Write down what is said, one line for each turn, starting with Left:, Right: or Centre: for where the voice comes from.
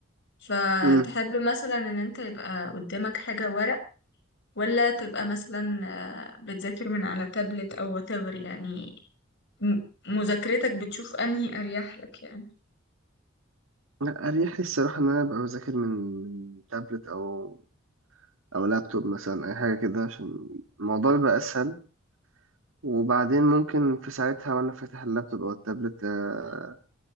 Left: فتحب
Right: امم
Left: مثلا ان انت يبقى قدامك حاجة ورق ولا تبقى مثلا آه، بتذاكر من على تابلت او whatever يعني م- مذاكرتك بتشوف انهي اريح لك يعني
Right: لا اريح لي الصراحه ان انا ابقى بذاكر من من تابلت او او لابتوب مثلا اي حاجه كده عشان الموضوع يبقى اسهل وبعدين ممكن في ساعتها وانا فاتح اللابتوب او التابلت آه،